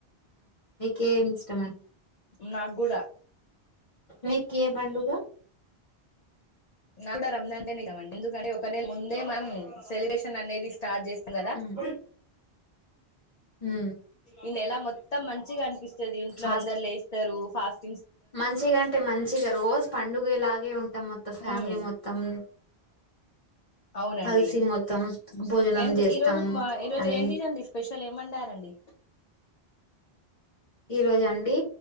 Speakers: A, on the left; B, on the left.
A: కేం ఇష్టమండి
B: నాక్గూడా
A: మీకు ఏ పండుగ
B: నాక్కూడా రంజాన్ అంటేనే ఇష్టం మండి ఎందుకంటే ఒక నెల ముందే మనం సెలబ్రే షన్ అనేది స్టార్ట్ చేస్తం కదా
A: ఉమ్, ఉమ్.
B: ఈ నెల మొత్తం ఇంత మంచిగా అని పిస్తది ఇంట్లో
A: ఫాస్ట్
B: అందరు లేస్తారు ఫాస్ట్
A: మంచిగా అంటే మంచిగా రోజు పన్ డునుగెలాగ్ నే ఉంటాం మొత్తం ఫ్యామిలీ
B: ఉమ్
A: మొత్తం
B: అవునండి
A: కల్సి మొత్తం భోజనం
B: ఏం
A: చేస్తాం
B: ఈ రోజు మా ఈ రోజు
A: అని
B: ఏంటిదండి స్పెషల్ ఏం వండారండి
A: ఈ రోజా అండి